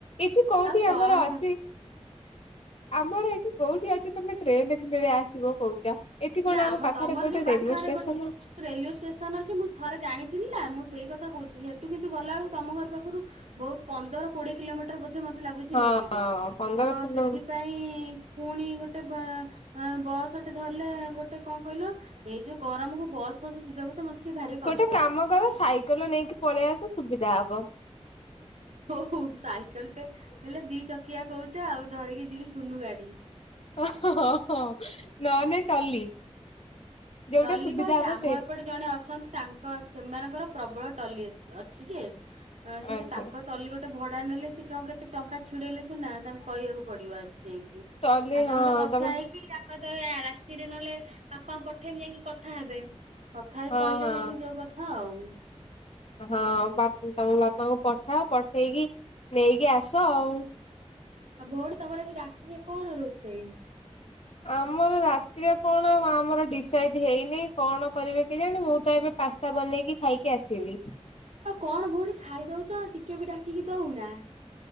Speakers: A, on the left; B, on the right.
A: ଏଠି କୋଉଠି
B: ଆଉ କଣ
A: ଆମର ଅଛି ଆମର ଏଠି କୋଉଠି ଅଛି ତମେ ଟ୍ରେନ <unintelligible> ଆସିବ କହୁଚ। ଏଠି କଣ
B: ନା
A: ଆମ ପାଖରେ
B: ତମର
A: ଗୋଟେ
B: ଯୋଉ ପାଖରେ
A: ରେଡ଼ିଓ ଷ୍ଟେସନ
B: ଗୋଟେ
A: ଅଛି।
B: ରେଲୱେ ଷ୍ଟେସନ ଅଛି। ମୁଁ ଥରେ ଜାଣିଥିଲି‌ ନା ମୁଁ ସେଇ କଥା କହୁଚି ସେଠୁ କିନ୍ତୁ ଗଲାବେଳକୁ ତମ ଘର ପାଖରୁ ବହୁତ୍ ପନ୍ଦର କୋଡିଏ କିଲୋମିଟର ବୋଧେ ମତେ ଲାଗୁଛି
A: ହଁ
B: ହେଇଯିବ।
A: ପନ୍ଦର
B: ତ
A: କିଲୋ
B: ସେଥିପାଇଁ ପୁଣି ପୁଣି ଗୋଟେ ବା ବା ବସ୍ ଗଟେ ଧରିଲେ ଗୋଟେ କଣ କଇଲ। ଏଇ ଯୋଉ ଗରମକୁ ବସ ଫସିି ଯିବାକୁ ତ ମୋତେ ଟିକେ ଭାରି କଷ୍ଟ।
A: ଗୋଟେ କାମ କର ସାଇକେଲ ନେଇକି ପଳେଇ ଆସ ସୁବିଧା ହବ।
B: ହୋଉ ହୋଉ ସାଇକେଲଟେ ହେଲେ ଦି ଚକିଆ କହୁଚ ଆଉ ଧରିକି ଯିବି ସୁନୁ ଗାଡି।
A: ହଁ ହଁ ନହନେ ଟଲି। ଯୋଉଟା
B: ଟଲି
A: ସୁବିଧା
B: <unintelligible>
A: ହବ
B: ଆମ
A: ସେଇଠି
B: ଏପଟେ ଜଣେ ଅଛନ୍ତି। ତାଙ୍କ ସେମାନଙ୍କର ପ୍ରବଳ ଟଲି ଅଛି ଅଛି ଯେ। ସେ
A: ଆଚ୍ଛା।
B: ଯୋଉ ତାଙ୍କ ଟଲି ଗୋଟେ ଭଡା ନେଲେ ସେ କଣ କେତେ ଟଙ୍କା ଛିଡେଇଲେ ସିନା ତାଙ୍କୁ କହିବାକୁ ପଡିବ ଆଜି ଯାଇକି।
A: ଟଲି
B: ଆଉ <unintelligible>
A: ହଁ
B: ତ କଥା
A: ତମେ
B: ହେଇକି <unintelligible> ତ ଏ ରାତିରେ ନହେଲେ ବାପା ପଠେଇମି ଯାଇକି କଥା ହେବେ। କଥା ହେଇ
A: ହଁ
B: କହିଲେ
A: ହଁ
B: ଯାଇକିଁ ଯୋଉ କଥା ଆଉ।
A: ହଁ ବା ତମ ବାପାଙ୍କୁ ପଠାଅ ପଠେଇକି ନେଇକି ଆସ ଆଉ।
B: ଆଉ ଭଉଣୀ ତମର ଆଜି ରାତିରେ କଣ ରୋଷେଇ?
A: ଆମର ରାତିରେ କଣ ଆମର ଡିସାଇଡ ହେଇନି କଣ କରିବେ କି ଜାଣି ମୁଁ ତ ଏବେ ପାସ୍ତା ବନେଇକି ଖାଇକି ଆସିଲି।
B: ତ କଣ ଭଉଣୀ ଖାଇ ଦଉଚ ଟିକେ ବି ଡାକିକି ଦଉନା।